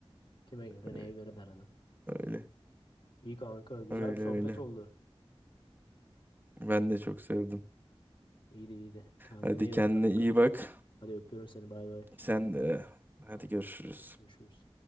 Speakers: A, on the left; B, on the right.
A: Kime göre
B: Öyle.
A: neye göre der adam.
B: Öyle
A: İyi kanka. Güzel
B: öyle.
A: bir sohbet
B: öyle.
A: oldu.
B: Ben de çok sevdim.
A: İyiydi iyiydi. Kendine
B: Hadi
A: iyi
B: kendine
A: bak kanka.
B: iyi bak.
A: Hadi öpüyorum seni. Bay bay.
B: Sen de hadi
A: Bay.
B: görüşürüz.
A: Görüşürüz.